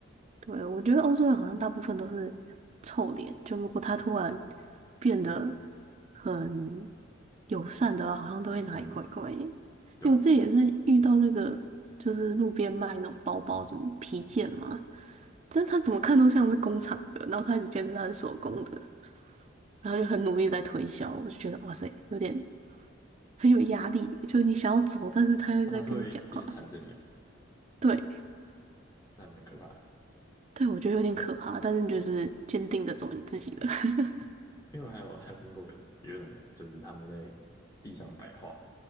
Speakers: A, on the right; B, on the left.
A: 对，我觉得欧洲人好像大部分都是臭脸，就如果他突然变得很友善的话，好像都会哪里怪怪的。
B: 嗯，对啊，
A: 因为这也是遇到那个，就是路边卖那种包包，什么皮件嘛，但他怎么看都像是工厂的，然后他一直坚持他是手工的，然后就很努力地在推销，我就觉得哇塞，有点很有压力，就你想要走，但是他又在跟你讲话。
B: 啊，他是会一直缠着你哦，
A: 对，
B: 这还蛮可怕的。
A: 对，我觉得有点可怕，但是就是坚定的走你自己的。<laughs>
B: 因为我还有还有听过有一种，就是他们会在地上摆画，